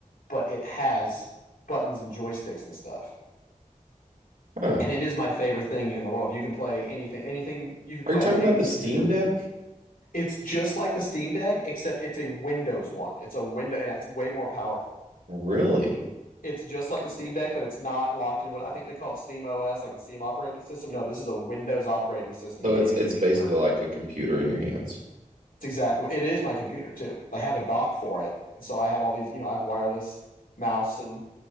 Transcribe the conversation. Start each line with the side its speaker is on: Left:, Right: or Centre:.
Left: but it has buttons and joysticks and stuff.
Right: Huh.
Left: And it is my favorite thing in the world. You can play anything, anything you can
Right: Are
Left: play
Right: you talking
Left: on a gaming
Right: about the
Left: computer.
Right: Steam Deck?
Left: It's just like the Steam Deck, except it's a Windows one. It's a window, and it's way more powerful.
Right: Really?
Left: it's just like the Steam Deck, but it's not locked in what I think they call it Steam OS, like the Steam operating system. No, this is a Windows operating system
Right: So
Left: gaming
Right: it's it's
Left: computer.
Right: basically like a computer in your hands.
Left: It's exactly it is my computer too. I have a dock for it, so I have all these. You know, I have wireless mouse and